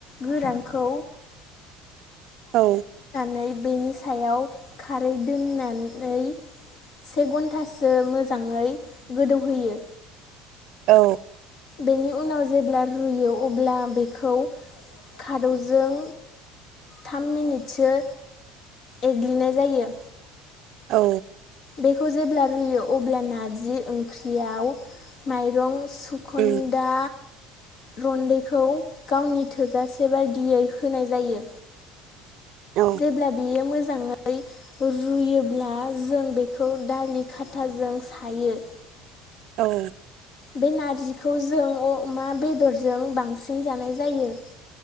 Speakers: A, on the left (about 60°); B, on the right (about 65°).
A: गोरानखौ
B: औ
A: नै बेनि सायाव खारै दोननानै से घन्टासो मोजाङै गोदौहोयो
B: औ
A: बेनि उनाव जेब्ला रुयो अब्ला बेखौ खादौजों थाम मिनिटसो एग्लिनाय जायो
B: औ
A: बेखौ जेब्ला रुयो अब्ला नारजि ओंख्रियाव माइरं सुखन्दा
B: औ
A: रन्दैखौ गावनि थोजासे बायदियै होनाय जायो
B: औ
A: जेब्ला बियो मोजाङै रुयोब्ला जों बेखौ दालि खाथाजों सायो
B: औ
A: बे नारजिखौ जों अमा बेदरजों बांसिन जानाय जायो